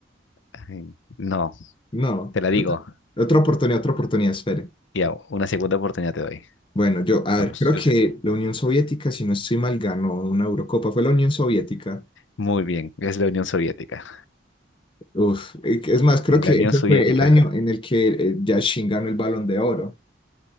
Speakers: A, on the left; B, on the left.
A: Ay, No,
B: No.
A: te la digo.
B: Otra oportunidad, otra oportunidad, espere.
A: Ya, una segunda oportunidad te doy.
B: Bueno, yo, a
A: Vamos,
B: ver, creo
A: yo
B: que
A: sé,
B: la Unión Soviética, si no estoy mal, ganó una Eurocopa. Fue la Unión Soviética.
A: Muy bien, es la Unión Soviética.
B: Uf, eh, es más, creo
A: En
B: que
A: la Unión
B: ese
A: Soviética.
B: fue el año en el que eh, Yashin ganó el Balón de Oro.